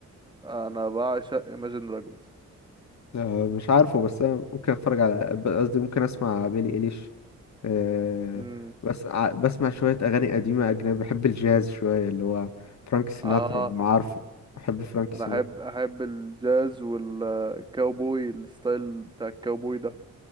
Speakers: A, on the right (about 15°); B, on the left (about 65°).
A: انا بعشق Imagine Dragons
B: آه، مش عارفه بس انا ممكن اتفرج على ب- قصدي ممكن اسمع بيلي ايليش آه،
A: امم
B: بس ع- بسمع شويه اغاني قديمه اجنبي بحب الجاز شويه اللي هو فرانك سيناترا
A: اه
B: لو عارفه بحب فرانك سيناترا
A: انا احب احب الجاز والكاوبوي الستايل بتاع الكاوبوي ده